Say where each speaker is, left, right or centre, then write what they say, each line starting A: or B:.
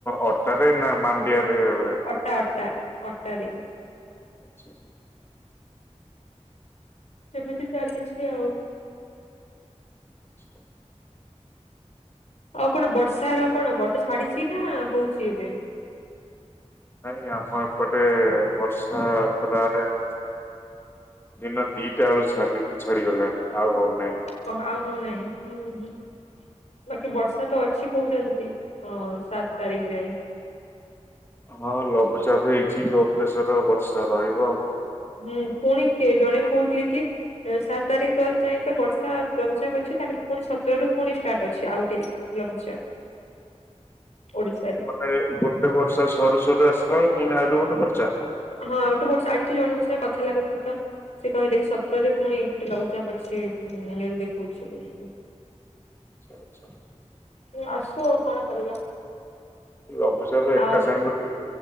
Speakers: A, on the left; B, on the left.
A: ଅଟାରେ ନା ମାଣ୍ଡିଆ ରେ ହୁଏ।
B: ଅଟା ଅଟା ଅଟା ରେ।
A: ଆଛା।
B: ସେମିତି ଚାଲିଛି ଆଉ।
A: ଆଛା
B: ଆଉ କଣ ବର୍ଷାର କଣ ବର୍ଷା ଛାଡିଛି ନା ହଉଛି ଏବେ?
A: ନାଇଁ ଆମ ଏପଟେ ବର୍ଷା <unintelligible> ଦିନ ଦିଟା ବେଳୁ ଛା ଛାଡିଗଲାଣି ଆଉ ହଉନାହିଁ।
B: ଓ ଆଉ ହଉ ନାଇଁ ହୁଁଁ ହୁଁ ବାକି ବର୍ଷା ତ ଅଛି କହୁଛନ୍ତି। ହଁ ସାତ ତାରିଖ ଯାଏ।
A: ହଁ ଲଘୁଚାପ ହେଇଛି ଲୋ ପ୍ରେସର ବର୍ଷା ରହିବ।
B: ହୁଁ ପୁଣି ଜଣେ କହୁଥିଲେ କି ସାତ ତାରିଖ ଯାଏ ତ ବର୍ଷା ଲଘୁଚାପ ଅଛି ତାପରେ ପୁଣି ସତର ରୁ ପୁଣି ଷ୍ଟାର୍ଟ ଅଛି ଆଉ ଗୋଟେ। ଲଘୁଚାପ। ଓଡିଶାରେ
A: ମାନେ ଗୋଟେ ବର୍ଷା ସରୁ ସରୁ ଆସିଲା ବେଳେ ପୁଣି ଆଉ ଗୋଟେ ବର୍ଷା।
B: ହଁ ଆଉ ଗୋଟେ ଵର୍ଷା ଆଜି ତ ଜଣଙ୍କ ସଙ୍ଗ କଥା ଲାଗୁଥିଲ ତ। ସେ କହିଲେ କି ସତରେ ପୁଣି ଗୋଟେ ଲଘୁଚାପ ଅଛି ଦେଖଉଛି।
A: ଆଛା ଆଚ୍ଛା।
B: ତ ଆସୁ ଆଉ କଣ କରିବା।
A: ଲଘୁଚାପ ଏକା
B: ଆଉ
A: ସାଙ୍ଗରେ